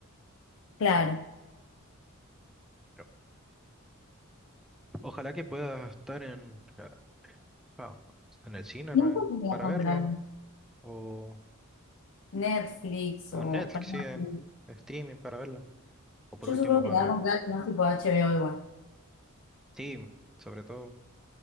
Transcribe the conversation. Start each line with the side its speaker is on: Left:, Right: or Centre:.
Left: claro.
Centre: Pero ojalá que pueda estar en... O sea, está en el cine
Left: ¿Y
Centre: re-
Left: entonces la
Centre: para
Left: comprarán?
Centre: verla, o,
Left: Netflix
Centre: o
Left: o...
Centre: en Netflix,
Left: Prime.
Centre: sí, en streaming para verla. O por
Left: Yo
Centre: último
Left: supongo
Centre: para
Left: que la van a comprar más tipo HBO igual.
Centre: Steam, sobre todo. O